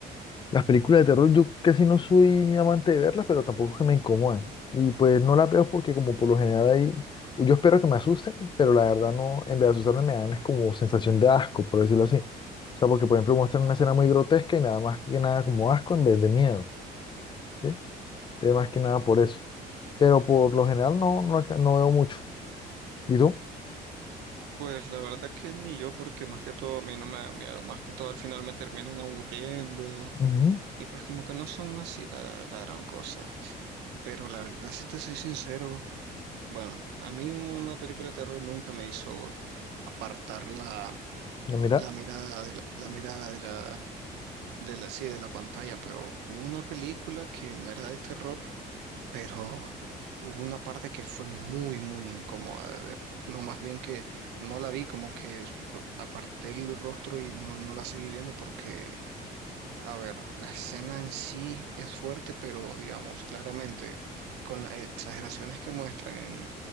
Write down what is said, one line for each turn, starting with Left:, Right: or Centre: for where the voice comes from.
Left: Las películas de terror, yo casi no soy amante de verlas, pero tampoco es que me incomodan. Y pues no las veo porque como por lo general hay... Yo espero que me asusten, pero la verdad no, en vez de asustarme me dan es como sensación de asco, por decirlo así. O sea, porque por ejemplo muestran
Right: Ah,
Left: una escena muy grotesca y me da más que nada como asco en vez de miedo, ¿sí? Entonces más que nada por eso. Pero por lo general no, no, no veo mucho. ¿Y tú?
Right: Pues la verdad que ni yo, porque más que todo a mí no me dan miedo, más que todo al final me terminan aburriendo
Left: Ujú,
Right: y pues como que no son así la, la gran cosa. Pero la verdad, si te soy sincero, bueno, a mí una película de terror nunca me hizo apartar la,
Left: no, Mira.
Right: la mirada de la, la mirada de la, de la, sí, de la pantalla, pero hubo una película que no era de terror, pero hubo una parte que fue muy, muy incómoda de ver. No, más bien que no la vi, como que su- aparté el rostro y no, no la seguí viendo porque, a ver, la escena en sí es fuerte, pero digamos, claramente, con las exageraciones que muestran en,